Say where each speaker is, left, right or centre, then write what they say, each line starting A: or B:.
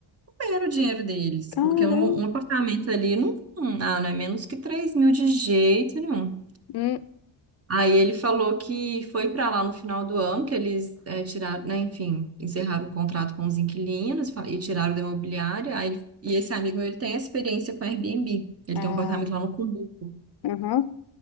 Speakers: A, on the right; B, on the left.
A: comendo o dinheiro deles,
B: Caramba.
A: porque um, um apartamento ali não, não, ah, não é menos que 3 mil de jeito nenhum.
B: Hum,
A: Aí ele falou que foi para lá no final do ano, que eles eh, tiraram, né, enfim, encerraram o contrato com os inquilinos e fa- e tiraram da imobiliária. Aí ele- e esse amigo meu, ele tem experiência com Airbnb. Ele
B: ah,
A: tem um apartamento lá no Cumbuco.
B: aham.